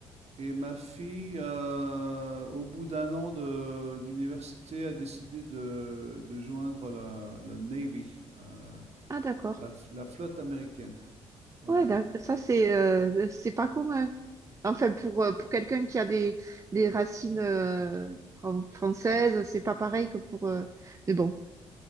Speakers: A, on the right; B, on the right.
A: Et ma fille, euh, au bout d'un an de- d'université, a décidé de, de joindre la, le Navy, la,
B: Ah, d'accord.
A: la- la flotte américaine. Voilà,
B: Ouais, d'ac- ça, c'est euh, c'est pas commun. Enfin, pour, euh, pour quelqu'un qui a des, des racines euh, fran- françaises, c'est pas pareil que pour. euh, Mais bon,